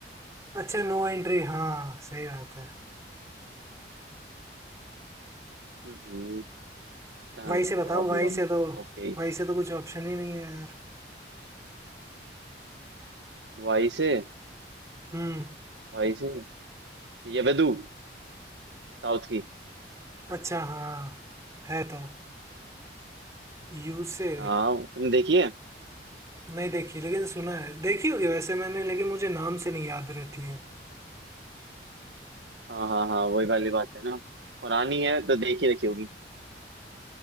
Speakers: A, on the right (about 20°); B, on the right (about 80°).
A: अच्छा नो एंट्री हाँ सही बात है
B: हम्म, अच्छा
A: वही से
B: नो
A: बताओ
B: प्रॉब्लम
A: वही से तो
B: ओके
A: वही से तो कुछ ऑप्शन ही नहीं है यार
B: वाई से
A: हम्म
B: वाई से ये वेदू साउथ की
A: अच्छा हाँ है तो यू से
B: हाँ तुम देखिए
A: नहीं देखी लेकिन सुना है देखी होगी वैसे मैंने लेकिन मुझे नाम से नहीं याद रहती है
B: हाँ हाँ हाँ वही वाली बात है ना पुरानी है तो देख ही रखी होगी